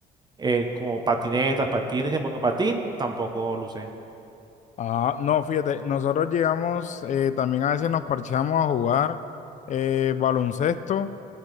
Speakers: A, on the right; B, on the left.
A: eh, como patinetas, patines y monopatín, tampoco lo usé.
B: Ah, no, fíjate, nosotros llegamos, eh, también a veces nos parchamos a jugar eh, baloncesto